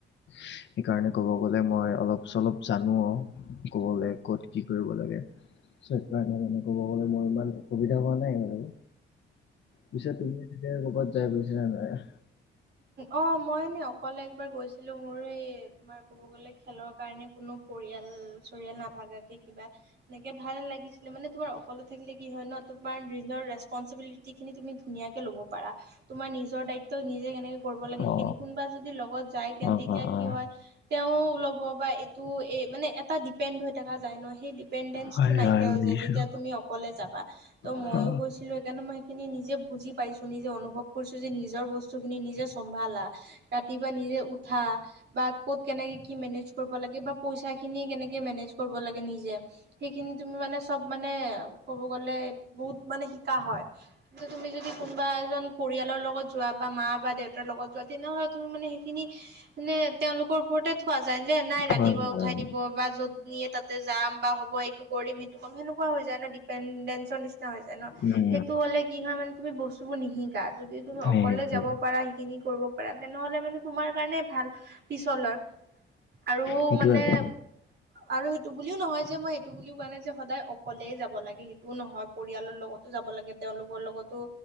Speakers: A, on the left (about 65°); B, on the right (about 55°).
A: সেইকাৰণে ক'ব গ'লে মই অলপ চলপ জানো অ ক'ব গ'লে ক'ত কি কৰিব লাগে। সেইকাৰণে মানে ক'ব গ'লে মোৰ ইমান অসুবিধা হোৱা নাই আৰু। পিছে তুমি এনেকে ক'ৰবাত যাই পাইছা নে নাই?
B: অ মই এনেই অকলে একবাৰ গৈছিলোঁ মোৰ এই- তোমাৰ ক'ব গ'লে খেলৰ কাৰণে কোনো পৰিয়াল চৰিয়াল নাভাগাকে কিবা- এনেকে ভাল লাগিছিলে মানে তোমাৰ অকলে থাকিলে কি হয় ন তোমাৰ নিজৰ ৰেচ- পঞ্চবিলিতি খিনি তুমি ধুনীয়াকে লব পাৰা, তোমাৰ নিজৰ দায়িত্ব নিজে কেনেকে - কৰিব লাগে
A: অ
B: সেই কোনোবা যদি লগত যায় তে
A: অ
B: তেতিয়া
A: অ
B: কি
A: অ
B: হয়। তেওঁ ল'ব বা এইটো এই মানে এটা ডিপেণ্ড হৈ থকা যায় ন, সেই দ্বীপ- পেন্দেন্স
A: হয়
B: টো নাইকিয়া
A: হয় বুজিছো
B: হৈ যায় যেতিয়া তুমি অকলে যাবা। ত মইও
A: অ
B: গৈছিলো সেইকাৰণে মই সেইখিনি নিজে বুজি পাইছো নিজে অনুভৱ কৰিছো যে নিজৰ বস্তু খিনি নিজে- চম্ভালা ৰাতিপুৱা নিজে উঠা। বা ক'ত কেনেকে কি মেনেজ কৰিব লাগে বা পইচা খিনিয়ে কেনেকে মেনেজ কৰিব লাগে নিজে- সেইখিনি তুমি মানে চব মানে ক'ব গ'লে বহুত মানে শিকা হয়। কিন্তু তুমি যদি কোনোবা এজন পৰিয়ালৰ লগত যোৱা বা মা বা দেউ- তাৰ লগত যোৱা তেনেহলে তুমি মানে সেইখিনি মানে তেওঁলোকৰ ওপৰতে- থোৱা যায় যে, নাই ৰাতিপুৱা
A: হয়,
B: উঠাই
A: হয়,
B: দিব বা য'ত নিয়ে তাত- যাম বা হ'ব এইটো কৰিম সেইটো কৰিম সেনেকুৱা হৈ যায় ন ডিপেনডেঞ্চৰ নি- হৈ যায় ন
A: উম,
B: সেইটো হলে কি হয় মানে তুমি বস্তুবোৰ নিশিকা যদি তুমি
A: সেই
B: অকলে
A: আৰু।
B: যাব পাৰা। খিনি কৰিব পাৰা তেনেহলে মানে তোমাৰ কাৰণে ভাল পিছলৈ হয়। আৰু
A: সেইটোৱে
B: মানে-
A: আৰু
B: আৰু সেইটো বুলিও নহয় যে মই সেইটো বুলিও কোৱা নাই যে সদায় অকলেই যাব লাগে সেইটোও নহয়। পৰিয়ালৰ লগতো যাব লাগে তেওঁলোকৰ লগতো